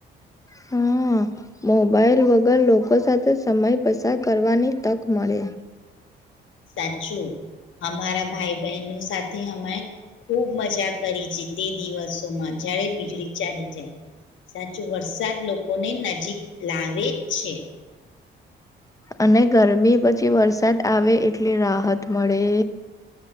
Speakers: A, on the left; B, on the left.
A: હા મોબાાઈલ વગર લોકો સાથે સમય પસાર કરવાની તક મળે.
B: સાચું અમારા ભાઈ બહેનો સાથે અમે ખૂબ મજા કરી છે તે દિવસોમાં જયારે વીજળી ચાલી જાય, સાચું વરસાદ લોકોને નજીક લાવે જ છે.
A: અને ગરમી પછી વરસાદ આવે એટલે રાહત મળે.